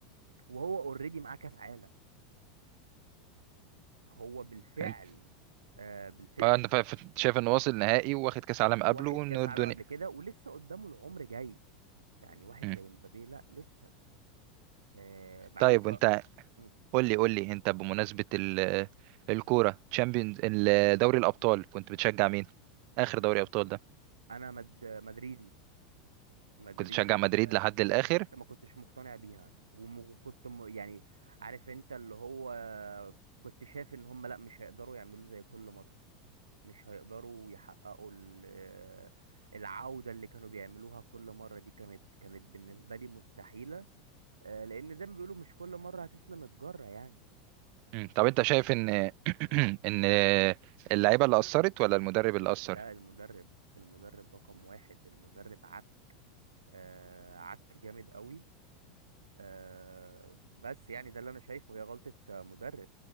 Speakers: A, on the right; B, on the right.
A: وهو اوريدي معاه كاس عالم هو بالفعل
B: انت
A: آه بالفعل
B: اه انا فا- فا- شايف انه واصل نهائي واخد كاس عالم
A: واخد
B: قبله وانه
A: كاس
B: الدنيا
A: عالم قبل كده ولسه قدامه العمر جاي يعني واحد
B: مم.
A: زي مبابي لا لسه آه بعدين
B: طيب
A: ف...
B: وانت
A: مم،
B: قول
A: قول
B: لي قول لي انت بمناسبه ال الكوره تشامبيونز دوري الابطال كنت بتشجع مين اخر دوري ابطال ده
A: انا مد... مدريدي مدريدي
B: كنت بتشجع مدريد
A: آه،
B: لحد الاخر
A: بس ما كنتش مقتنع بيها وكنت م... يعني عارف انت اللي هو كنت شايف ان هم لا مش هيقدروا يعملوا زي كل مرة مش هيقدروا يحققوا ال... آه، العودة اللي كانوا بيعملوها كل مرة دي كانت كانت بالنسبة لي مستحيلة آه، لان زي ما بيقولوا مش كل مرة هتسلم الجرة يعني
B: مم. طب انت شايف ان <clears throat> ان اللعيبه اللي اثرت ولا المدرب اللي اثر
A: لا المدرب المدرب رقم واحد المدرب عك آه، عك جامد قوي آه، بس يعني ده اللي انا شايفه هي غلطة آه، مدرب